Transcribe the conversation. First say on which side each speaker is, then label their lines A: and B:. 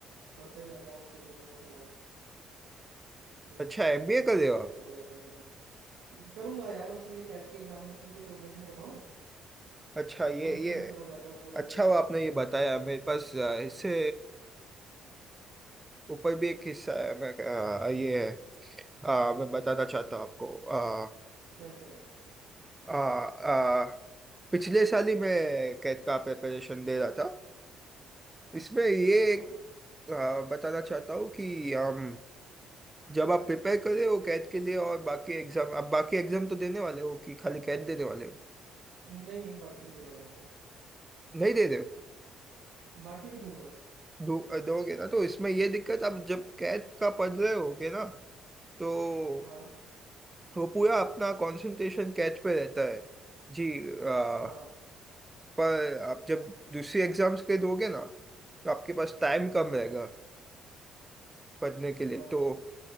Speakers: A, on the right (about 65°); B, on the right (about 15°).
A: पढ़ता ही रहता हूँ उसके लिए भी मैं थोड़ा सुबह
B: अच्छा
A: यार
B: एमबीए
A: उसमें
B: कर
A: भी
B: रहे
A: पूरा
B: हो आप
A: टाइम चला जाता है दिन में करूंगा यार उसी लिए कैट के एग्जामिनेशन के लिए प्रिपरेशन कर रहा हूँ
B: अच्छा ये
A: तो उसी
B: ये
A: में चला जाता है पूरा
B: अच्छा
A: दिन
B: हुआ आपने ये बताया मेरे पास अ, इससे ऊपर भी एक किस्सा है मैं आ, ये है आ, मैं बताना चाहता हूँ आपको आ,
A: क्या क्या
B: आ, आ, पिछले साल ही मैं कैट का प्रिपरेशन दे रहा था इसमें ये
A: हाँ हाँ
B: एक आ, बताना चाहता हूँ कि हम जब आप प्रिपेयर कर रहे हो कैट के लिए और बाकी एग्जाम आप बाकी एग्जाम तो देने वाले हो कि खाली कैट देने वाले हो
A: नहीं नहीं बाकी भी दे रहा हूँ यार मैं
B: नहीं दे रहे हो
A: बाकी भी दूंगा
B: दो दोगे ना तो इसमें ये दिक्कत आप जब कैट का पढ़ रहे होगे ना तो
A: हाँ
B: वो पूरा अपना कंसंट्रेशन कैच पे रहता है जी आ,
A: हाँ
B: पर आप जब दूसरी एग्जाम्स के दोगे ना तो आपके पास टाइम कम
A: हाँ हाँ
B: रहेगा पढ़ने के
A: सही
B: लिए
A: बात
B: तो
A: है